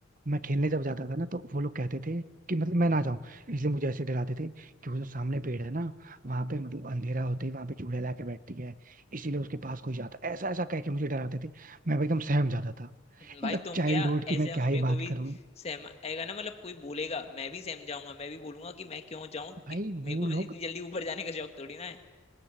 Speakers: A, on the right (about 40°); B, on the left (about 30°).
A: मैं खेलने जब जाता था ना तो वो लोग कहते थे कि मतलब मैं ना जाऊं इसलिए मुझे ऐसे डराते थे कि वो जो सामने पेड़ है ना वहां पे मतलब अंधेरा होते ही वहां पे चुड़ैल आके बैठती है इसीलिए उसके पास कोई जाता ऐसा ऐसा कह के मुझे डराते थे मैं एकदम सहम जाता था
B: भाई
A: इनका
B: तुम
A: चाइल्डहुड
B: क्या ऐसे
A: की मैं
B: अगर
A: क्या ही
B: मेरे को
A: बात
B: भी
A: करूं
B: सहम आएगा ना मतलब कोई बोलेगा मैं भी सहम जाऊंगा मैं भी बोलूंगा कि मैं क्यों जाऊं कि
A: भाई
B: मेरे
A: वो
B: को भी
A: लोग
B: इतनी जल्दी ऊपर जाने का शौक थोड़ी ना है